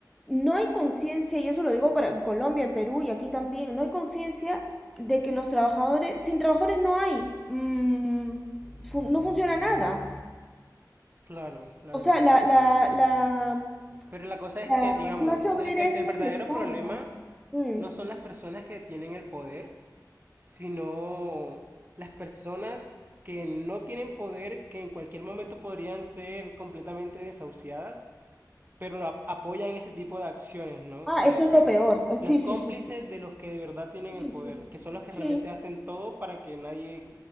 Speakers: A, in the centre; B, on the right.
A: no hay conciencia, y eso lo digo para en Colombia, en Perú y aquí también, no hay conciencia de que los trabajadores, sin trabajadores no hay, mm, fu- no funciona nada.
B: Claro, la
A: O
B: verdad.
A: sea, la, la, la,
B: Pero la cosa es
A: la
B: que, digamos,
A: clase obrera
B: el, el-
A: es
B: el
A: necesaria.
B: verdadero problema
A: Mm.
B: no son las personas que tienen el poder, sino las personas que no tienen poder, que en cualquier momento podrían ser completamente desahuciadas, pero lo ap- apoyan ese tipo de acciones, ¿no?
A: Ah,
B: Como
A: eso
B: que
A: es lo peor. Eh, Sí,
B: los cómplices
A: sí, sí, sí.
B: de los que de verdad tienen
A: Sí,
B: el poder,
A: sí, sí,
B: que son
A: sí.
B: los que
A: Sí,
B: realmente hacen todo para que nadie